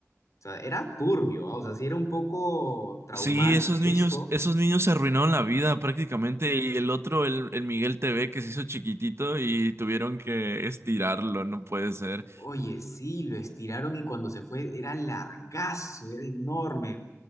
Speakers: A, on the left; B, on the right.
A: sea, era turbio, ah, O sea, sí era un poco traumante
B: Sí, esos
A: <laughs>
B: niños,
A: eso,
B: esos niños se arruinaron la vida prácticamente. Y el otro, el, el Miguel T V que se hizo chiquitito y tuvieron que estirarlo, no puede ser.
A: Oye, sí, lo estiraron y cuando se fue era largazo, era enorme.